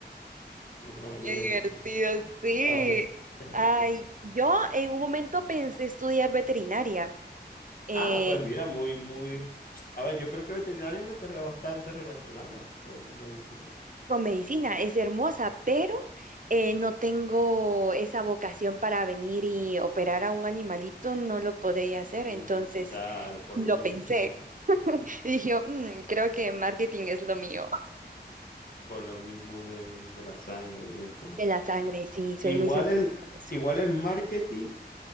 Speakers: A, on the left; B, on the right.
A: Dios, madre
B: Qué divertido,
A: mía.
B: sí.
A: Ahora. <laughs>
B: Ay, yo en un momento pensé estudiar veterinaria. eh,
A: Ah, pues mira, muy, muy... A ver, yo creo que veterinaria es una carrera bastante relacionada con medicina.
B: con medicina, es hermosa, pero eh, no tengo esa vocación para venir y operar a un animalito, no lo podría hacer,
A: Mm,
B: entonces
A: claro, por
B: lo
A: lo mismo,
B: pensé
A: eh,
B: <laughs> y dije, "Mm, creo que marketing es lo mío.
A: por lo mismo de, de la sangre y esto, ¿no?
B: De la sangre, sí,
A: Igual
B: soy muy sensible
A: Entonces, el,
B: con eso.
A: igual el marketing